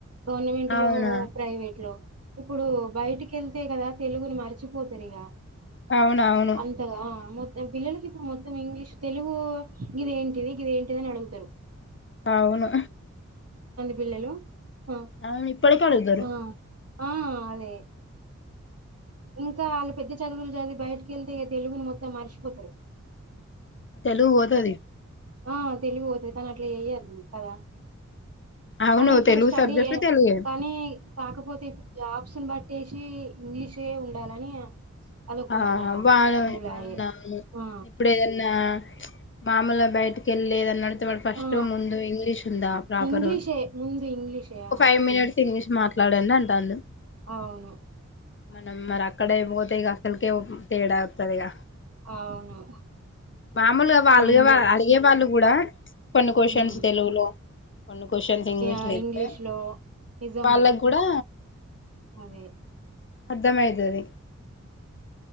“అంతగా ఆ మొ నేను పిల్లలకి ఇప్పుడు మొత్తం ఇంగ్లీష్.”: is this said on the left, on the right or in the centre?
Right